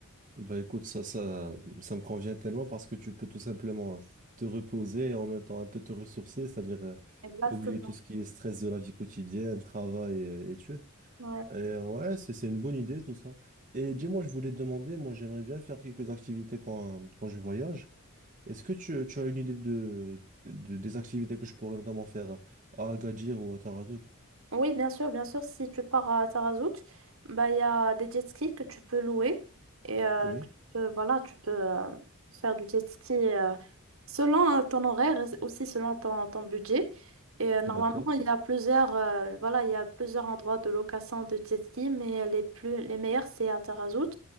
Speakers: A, on the right (about 35°); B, on the right (about 65°).
A: Bah écoute, ça, ça, ça me convient tellement parce que tu peux tout simplement te reposer et en même temps un peu te ressourcer, c'est-à-dire euh,
B: Exactement.
A: oublier tout ce qui est stress de la vie quotidienne, travail et études.
B: Ouais.
A: Et euh, ouais, c'est, c'est une bonne idée tout ça. Et dis-moi, je voulais te demander, moi j'aimerais bien faire quelques activités quand, quand je voyage. Est-ce que tu, tu as une idée de, de- des activités que je pourrais notamment faire à Agadir ou à Taradout?
B: Oui, bien sûr, bien sûr. Si tu pars à Tarazout, bah, il y a des jet skis que tu peux louer. Et euh,
A: Oui,
B: que tu peux- voilà, tu peux euh, faire du jet ski euh, selon euh, ton horaire, et aussi selon ton, ton budget. Et euh, normalement,
A: d'accord.
B: il y a plusieurs, euh, voilà, il y a plusieurs endroits de location de jet ski, mais les plus, les meilleurs, c'est à Tarazout.